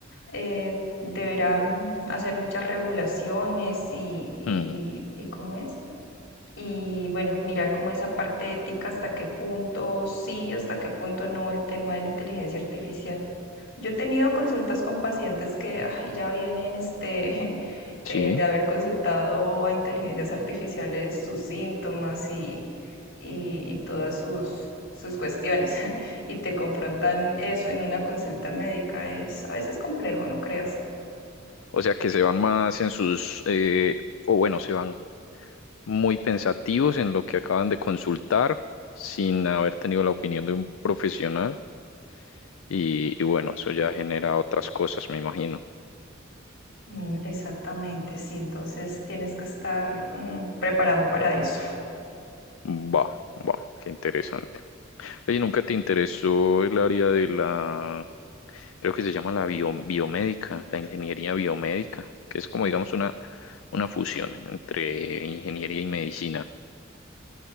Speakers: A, on the left; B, on the left.
A: eh, deberán hacer muchas regulaciones y, y,
B: Mm,
A: y ¿cómo es? Y bueno, mirar como esa parte ética, hasta qué punto sí, hasta qué punto no, el tema de la inteligencia artificial. Yo he tenido consultas con pacientes que ay, ya vienen este, <laughs>
B: sí.
A: eh, de haber consultado a inteligencias artificiales sus síntomas y, y, y todas sus, sus cuestiones. <laughs> Y te confrontan eso en una consulta médica. Es a veces complejo, no creas.
B: O sea que se van más en sus, eh, o bueno, se van muy pensativos en lo que acaban de consultar sin haber tenido la opinión de un profesional y, y bueno, eso ya genera otras cosas, me imagino.
A: Mm, Exactamente, sí. Entonces tienes que estar mm, preparado para eso.
B: Va, va, qué interesante. Oye, ¿nunca te interesó el área de la, creo que se llama la bio- biomédica, la ingeniería biomédica, que es como digamos una, una fusión entre ingeniería y medicina?